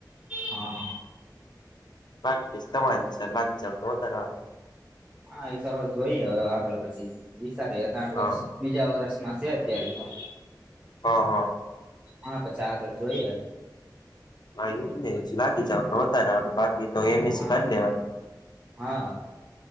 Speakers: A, on the right; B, on the left.
A: હા
B: બાકી તમારી બાકી જાવ તો વધારે.
A: હા એ તો હવે જોઈએ હવે આગળ પછી વિચારી.
B: હા
A: બીજા વર્ષમાં છે અત્યારે તો.
B: હા હા.
A: હા પછી આગળ છું જોઈએ.
B: હા એમ લાગી જાવ તો હતાારે બાકી તો એમ એસ
A: હા
B: સી કરી લેવા.
A: હા